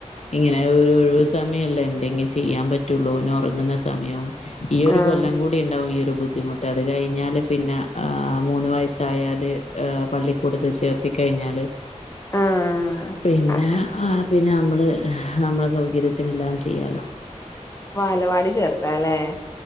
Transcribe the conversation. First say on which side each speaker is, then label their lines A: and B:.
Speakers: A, on the left (about 60°); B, on the left (about 25°).
A: ഇങ്ങനെ ഒരു ഒഴിവ് സമയമല്ലേ എന്തെങ്കിലും ചെയ്യാൻ പറ്റുള്ളൂ. ഓൻ ഒറങ്ങുന്ന സമയം. ഈ യൊരു
B: ആഹ്
A: കൊല്ലം കൂടി ഇണ്ടാവും ഈ യൊരു ബുദ്ധിമു. ട്ട്. അത് കഴിഞ്ഞാല് പിന്നെ ആഹ് മൂന്ന് വയസ്സായാല് ആഹ് പള്ളിക്കൂടത്തിൽ ചേർത്തി കഴിഞ്ഞാല്
B: ആഹ്
A: പിന്നെ
B: അ
A: അഹ് പിന്നെ നമ്മള് നമ്മളെ സൗകര്യത്തിനെല്ലാം ചെയ്യാലോ.
B: വാലവാടി ചേർതാ ല്ലേ?